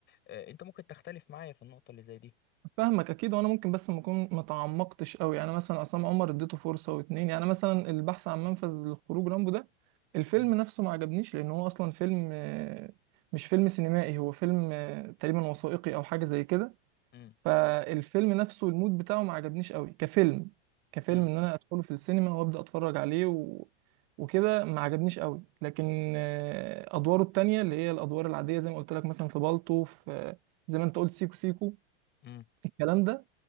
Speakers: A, on the left; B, on the right.
A: آه، أنت ممكن تختلف معايا في النقطة اللي زي دي
B: فاهمك اكيد وانا ممكن بس ما اكون ما تعمقتش قوي يعني مثلا عصام عمر اديته فرصة واتنين يعني مثلا البحث عن منفذ لخروج رامبو ده الفيلم
A: مم.
B: نفسه ما عجبنيش لان هو اصلا فيلم آه، مش فيلم سينمائي هو فيلم آه، تقريبا وثائقي او حاجة زي كده
A: مم.
B: فالفيلم نفسه المود بتاعه ما عجبنيش قوي كفيلم كفيلم
A: مم.
B: ان انا ادخله في السينما وابدا اتفرج عليه و... وكده ما عجبنيش قوي لكن آه، ادواره التانية اللي هي الادوار العاديه زي ما قلت لك مثلا في بالطو في آه، زي ما انت قلت سيكو سيكو
A: مم.
B: الكلام ده